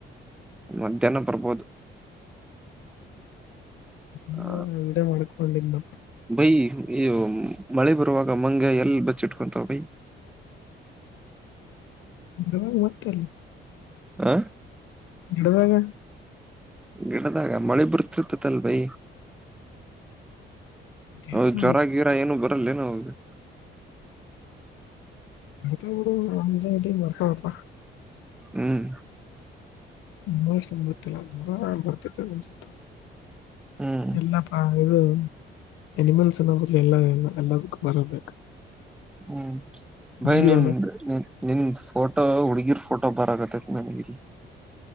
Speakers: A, in the centre; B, on the left.
A: ಮಧ್ಯಾಹ್ನ ಬರ್ಬೋದು
B: ಮ್ಮ
A: ಆ
B: ಇವಡ ಮಕೊಂಡಿಂದಪ್ಪ
A: ಬೈ ಇ ಮಳೆ ಬರುವಾಗ ಮಂ ಎಲ್ಲಿ ಬಚ್ಚಿಟ್ಕೊಂತವ ಬೈ
B: ಇಡ ಮತ್ತಲ್ಲ
A: ಹ
B: ಇಡದಾಗ
A: ಗಿಡದಾಗ ಮಳೆ ಬರ್ತಿರ್ತತಲ್ ಭೈ ಹೌದು
B: ಎಲ್ಲ
A: ಜ್ವರ
B: ಗೊತ್ತು
A: ಗೀರಾ ಏನು ಬರಲ್ಲೇನ ಹದು
B: ಮ ಆ ಮರ್ತತ
A: ಹ್ಮ್
B: ನ ವರ್ಷ ಮುಗತ್ತಿಲ್ಲ ಜ್ವರ ಬರ್ತಿತೆನ್ಸ
A: ಹ್ಮ್
B: ಎಲ್ಲಪ್ಪಾ ಹಾಗದು ಅನಿಮಲ್ಸ್ ಅನ್ನೋ ಬದಲು ಎಲ್ಲ ಎಲ್ಲ ಎಲ್ಲದಕ್ಕ ಬರಬೇಕು
A: ಹ್ಮ್ ಬೈ
B: ಜೀವನ
A: ನಿನ್ ನಿನ್್ ಫೋಟೋ ಹುಡ್ಗಿರ್ ಫೋಟೋ ಬರತ್ತ ು ಮ ಮರಿ